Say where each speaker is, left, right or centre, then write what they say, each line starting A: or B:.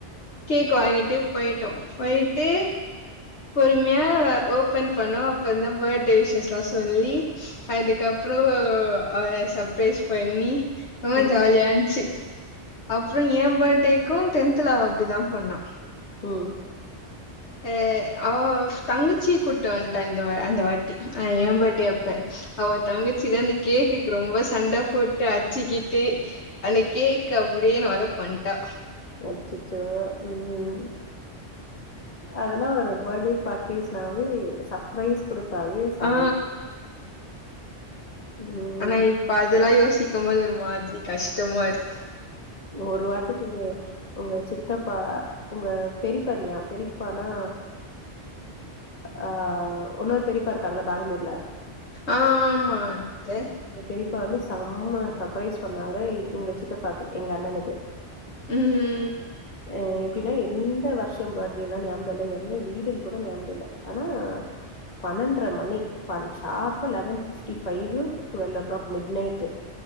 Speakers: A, on the left; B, on the left.
A: கேக் வாங்கிட்டு போயிட்டோ போய்ட்டு பொறுமையா ஓபன் பண்ணோ அப்ப இந்தோம் பர்த்டே விஷஸ்லா சொல்லி அதுக்கப்றோ ஆ சப்ரைஸ் பண்ணி ஆ
B: ம்
A: ஜாலியா இஞ்சு அப்றோ ஏ பர்த்டேக்கு டென்துல அவ அப்டிதா பண்ணா
B: ம்
A: அ அவ் தங்கச்சி கூட்டு வன்டா இந்த வா அந்த வாட் ட்டி ஆ ஏ பர்த்டே அப்ப அவ தங்கச்சிதா இந்த கேக்குக்கு ரொம்போ சண்ட போட்டு அச்சுக்கிட்டு ஆந்த கேக் அப்டிய நோல பண்ட்டா
B: அச்சச்சோ ம் அதெல்லா ஒரு பர்த்டே பார்ட்டிஸ்னாவே சர்ப்ரைஸ் குடுத்தாவே சாம்
A: ஆ
B: ம்
A: ஆனா இப்ப அதெல்லா யோசிக்கும்போது ஒரு மாதிரி கஷ்டமா இருக்கு
B: ஒரு வாரதுக்கு உங்க சித்தப்பா உங்க பெரிப்பன்யா பெரிப்பானா ஆ ஒன்னொரு பெரிப்பா இருக்காங்கள பெங்களூர்ல
A: ஆ ஆமா அத்த
B: அந்த பெரிப்பா வந்து சம்ம சர்ப்ரைஸ் பண்ணாங்க உங்க சித்தப்பாக்கு எங்க அண்ணனுக்கு
A: ம்
B: அ எப்புடின்னா எந்த வருஷோ பர்த்டேல்லா ஞாபகோ இல்ல எந்த வீடுன்னு கூட ஞாபகோ இல்ல ஆனா பன்னெண்டர மணி பன் ஷார்ப்பா eleven fifty five twelve o'clock midnight